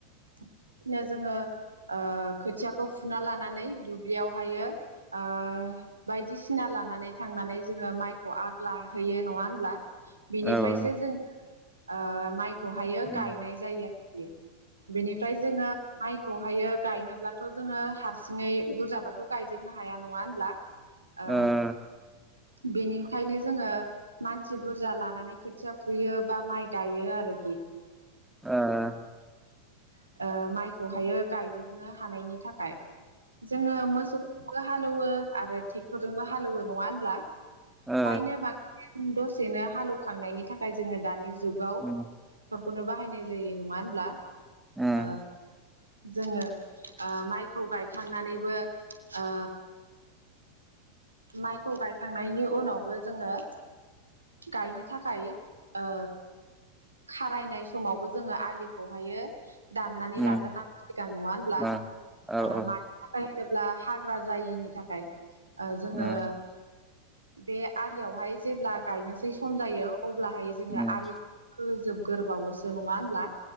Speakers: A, on the right (about 80°); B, in the centre.
A: बिदिनो जोङो ओ खोथियाखौ फुना लानानै दुब्लियावहायो ओ बायदिसिना लानानै थांनानै जोङो माइखौ आग्लाहयो नङा होमब्ला? बिनिफ्रायसो
B: औ औ
A: जों ओ माइखौहायो
B: उम
A: गायनाय जायो आरोखि बेनि फ्राय जोङो माइखौहायो गायनोब्लाथ' जोङो हारसिङै बुरजाबाथ' गायजोबनो हाया नङा होनब्ला ओ
B: औ उम औ उम
A: बेनिखायनो जोङो मानसि बुरजा लानानै खोथिया फुयो बा माइ गायो आरो
B: ओ ओ
A: । <unintelligible> ओ माइखौहायो गायजोबनो हानायनि थाखाय जोङो मोसौ जोंबो हालेवो आरो ट्रेक्टरजोंबो हालेवो नङा होनब्ला
B: ओ
A: फ्रायनो बांसिन दसेनो हालौखांनायनि थाखाय जोङो दानि जुगाव
B: उम
A: ट्रेक्टरखौनो बाहायनाय जायो नङा होनब्ला
B: उम
A: ओ जोङो ओ माइखौ गायखांनानैबो ओ माइखौ गायखांनायनि उनावबो जोङो गायनो थाखाय ओ खारायनाय समावबो जोङो आलिखौहायो दाननानै
B: उम
A: लाग्रोनांगौ सिगां नङा होनब्ला,
B: ओ औ
A: ओ
B: औ
A: मानि थाखाय होनो ब्ला हाग्रा जायैनि थाखाय ओ जोङो
B: उम
A: बे आलियावहाय जेब्ला गायनोसै सम जायो अब्लाहाय जोङो
B: उम
A: आलिखौ खोहोजोब गोरबावोसो नङा होनब्ला?